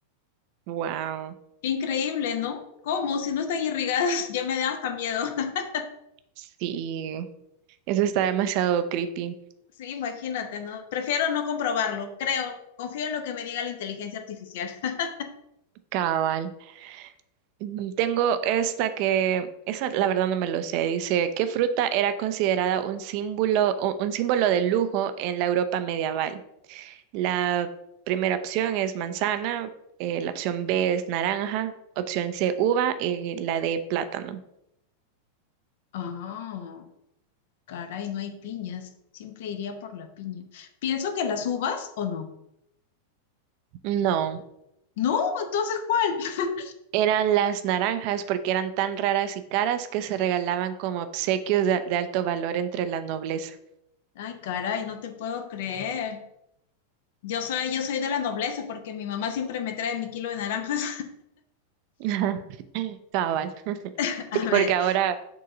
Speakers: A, on the right; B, on the left.
A: Wow,
B: increíble, ¿no? ¿Cómo? Si no están irrigadas, <laughs> ya me da hasta miedo. <laughs>
A: sí, eso está demasiado creepy,
B: Sí, imagínate, ¿no? Prefiero no comprobarlo, creo. Confío en lo que me diga la inteligencia artificial. <laughs>
A: cabal. Mm, Tengo esta que, esa la verdad no me lo sé, dice, ¿qué fruta era considerada un símbolo, u- un símbolo de lujo en la Europa medieval? La primera opción es manzana, eh, la opción B es naranja, opción C uva y la D plátano.
B: Ah, caray, no hay piñas. Siempre iría por la piña. Pienso que las uvas o no.
A: No,
B: No, entonces ¿cuál? <laughs>
A: eran las naranjas porque eran tan raras y caras que se regalaban como obsequios de de alto valor entre la nobleza.
B: Ay, caray, no te puedo creer. Yo soy, yo soy de la nobleza porque mi mamá siempre me trae mi kilo de naranjas.
A: Ajá. <laughs> Cabal.
B: <laughs> A
A: Sí,
B: ver,
A: porque ahora